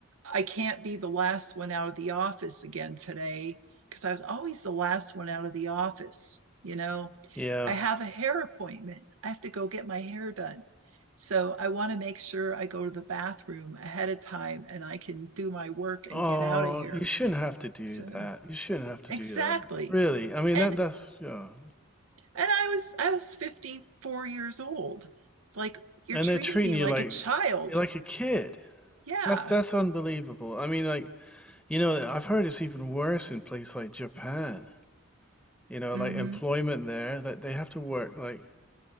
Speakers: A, on the right (about 85°); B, in the centre.
A: I can't be the last one out of the office again today because I was always the last one out of the office. You know,
B: Yeah.
A: I have a hair appointment, I have to go get my hair done. So I want to make sure I go to the bathroom ahead of time and I can do my work
B: Oh,
A: and get out of here.
B: you shouldn't have to do
A: So
B: that. You shouldn't have to
A: exactly.
B: do that. Really. I mean
A: And
B: that
A: and
B: that's yeah.
A: I was I was 54 years old. It's like you're
B: And
A: treating
B: they're treating
A: me
B: you
A: like
B: like
A: a child.
B: you're like a kid.
A: Yeah.
B: That's that's unbelievable. I mean like You know, I've heard it's even worse in places like Japan. You know,
A: Mhm.
B: like employment there, that they have to work like